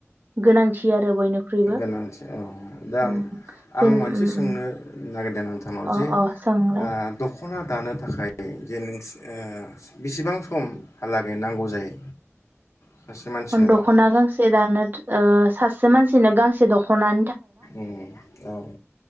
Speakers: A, on the right; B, on the left.
A: गोनांथि आरो बयनिख्रुइबो
B: गोनांथि औ दा
A: उम
B: आं
A: जेन
B: मोनसे
A: उम
B: सोंनो
A: उम
B: नागिरदों? नोंथांनाव
A: अ
B: जे
A: अ सोंलाय
B: ओ दख'ना दानो थाखाय जे नोसो ओ बिसेबां सम? हालागै नांगौ जायो सासे मानसिनो
A: दखना गांसे दानो ओ सासे मानसि नो गांसे दख'ना
B: ओम औ